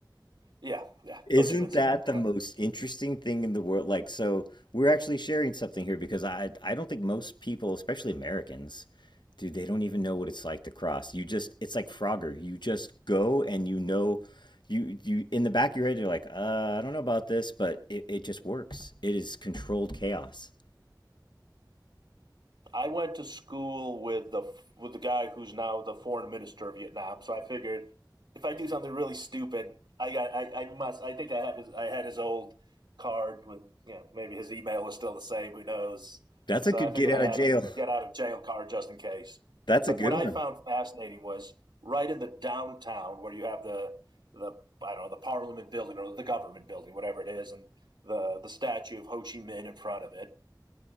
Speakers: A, on the right; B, on the left.
A: Yeah, yeah.
B: Isn't
A: Ho Chi Minh
B: that
A: City.
B: the
A: Yeah.
B: most interesting thing in the world? Like, so we're actually sharing something here because I I don't think most people, especially Americans, dude, they don't even know what it's like to cross. You just it's like Frogger. You just go and you know you you in the back of your head you're like, uh, I don't know about this, but it, it just works. It is controlled chaos.
A: I went to school with the with the guy who's now the foreign minister of Vietnam. So I figured if I do something really stupid, I got I, I must. I think I have his. I had his old card with you know maybe his email is still the same. Who knows?
B: That's
A: So
B: a good
A: I figured
B: get out
A: I
B: of
A: had
B: jail.
A: a get out of jail card just in case.
B: That's a
A: But
B: good
A: what I
B: one.
A: found fascinating was right in the downtown where you have the the I don't know the Parliament building or the government building, whatever it is, and the the statue of Ho Chi Minh in front of it